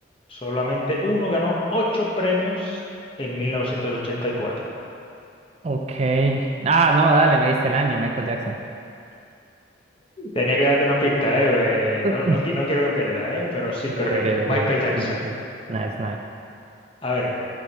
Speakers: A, on the left (about 30°); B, on the right (about 35°).
A: solamente uno ganó ocho premios en 1984.
B: ok. Ah, no, dale, me diste el año, Michael Jackson.
A: Tenía que darte una pista, ¿eh? Eh,
B: Breve,
A: No, no, qui- no quiero que pierda, ¿eh? Pero sí,
B: breve,
A: correcto. Michael
B: breve.
A: Jackson.
B: Sí, sí, sí. Nice, nice.
A: A ver,